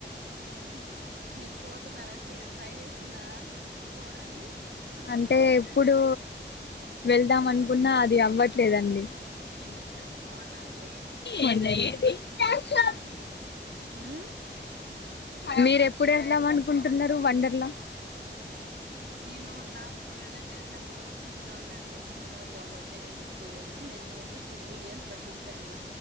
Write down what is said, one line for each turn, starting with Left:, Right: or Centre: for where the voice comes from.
Right: ఆ మీరు పోతున్నరా ట్రై చేస్తున్నారా పోడానికి
Left: అంటే ఎప్పుడు వెళ్దాం అనుకున్నా అది అవ్వట్లేదండి నంద
Right: అవునండి
Left: మరి మ న
Right: ఉమ్
Left: మీర ఎప్పుడు వెళ్దాం అనుకుంటున్నారు వండర్లా
Right: నేను నా ప్రెజెంట్ అయితే నా పిల్లలు చిన్నోళ్ళ అండి చిన్నోళ కాబట్టి నేను ఇప్పుడు పోను may be two three years పట్టిద్ద అండి